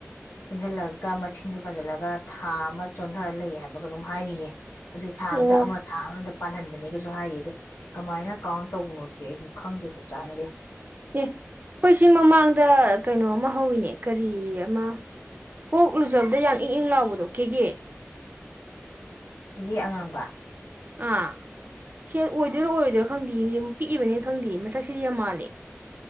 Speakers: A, on the left (about 80°); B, on the right (about 40°).
A: ꯄꯨꯟꯖꯟꯂ ꯀ ꯃꯁꯤꯡꯗꯣ ꯄꯥꯟꯖꯜꯂꯒ ꯊꯥ ꯑꯃ ꯆꯣꯟꯗꯔ ꯂꯩ ꯍꯥꯏꯕ ꯀꯩꯅꯣꯝ ꯍꯥꯏꯔꯤꯌꯦ ꯑꯗꯨꯏ ꯊꯥ
B: ꯑꯣ
A: ꯑꯃꯗ ꯑꯃ ꯊꯥ ꯑꯃꯗ ꯄꯥꯜꯍꯟꯕꯅꯦꯒꯁꯨ ꯍꯥꯏꯔꯤꯌꯦ ꯑꯗꯨ ꯀꯃꯥꯏꯅ ꯀꯥꯎꯟ ꯇꯧꯕꯅꯣ ꯑꯗꯨꯗꯤ ꯑꯩꯗꯨ ꯈꯪꯗꯦ ꯆꯞ ꯆꯥꯅꯗꯤ
B: ꯑꯦ ꯑꯩꯈꯣꯏ ꯁꯤ ꯃꯃꯥꯡꯗ ꯀꯩꯅꯣꯃꯥ ꯍꯧꯋꯤꯅꯦ ꯀꯔꯤ ꯑꯃ ꯀꯣꯛ ꯂꯨꯖꯕꯗ ꯌꯥꯝ ꯏꯪ ꯏꯪ ꯂꯥꯎꯕꯗꯣ ꯀꯦꯒꯦ
A: ꯀꯦꯒꯦ ꯑꯉꯥꯡꯕ
B: ꯑꯥ ꯁꯤ ꯑꯣꯏꯗꯣꯏꯔ ꯑꯣꯏꯔꯣꯏꯗꯣꯏꯔ ꯈꯪꯗꯤꯌꯦ ꯄꯤꯛꯏꯕꯅꯤꯅ ꯈꯪꯗꯦ ꯃꯁꯛꯁꯤꯗꯤ ꯌꯥꯝ ꯃꯥꯜꯂꯦ